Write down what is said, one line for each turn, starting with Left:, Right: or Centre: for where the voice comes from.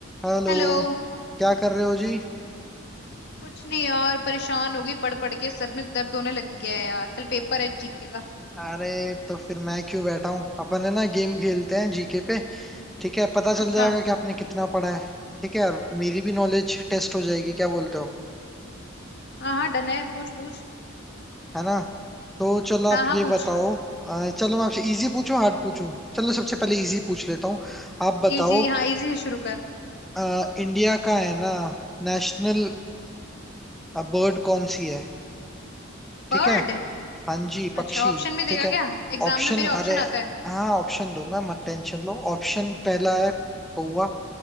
Centre: Hello
Left: Hello
Centre: क्या कर रहे हो जी
Left: कुछ नहीं यार परेशान हो गई पढ़ पढ़ के सर में दर्द होने लग गया है यार कल पेपर है जीके का
Centre: अरे तो फिर मैं क्यों बैठा हूँ अपन है ना गेम खेलते हैं जीके पे ठीक है पता चल
Left: अच्छा
Centre: जाएगा कि आपने कितना पढ़ा है ठीक है और मेरी भी नॉलेज टेस्ट हो जाएगी क्या बोलते हो
Left: हाँ हाँ डन है पूछ पूछ
Centre: है ना तो चलो आप
Left: हाँ हाँ
Centre: ये
Left: पूछ
Centre: बताओ अ, चलो मैं आपसे इजी पूछूं हार्ड पूछूं चलो सबसे पहले इजी पूछ लेता हूँ आप बताओ
Left: इजी हाँ इजी से शुरू कर
Centre: अ, इंडिया का है ना नेशनल बर्ड कौन सी है
Left: बर्ड
Centre: ठीक है हाँ जी पक्षी
Left: अच्छा ऑप्शन भी देगा
Centre: ठीक है
Left: क्या एग्जाम
Centre: ऑप्शन
Left: में मेरे ऑप्शन
Centre: अरे
Left: आता है
Centre: हाँ ऑप्शन दूंगा मत टेंशन लो ऑप्शन पहला है कौवा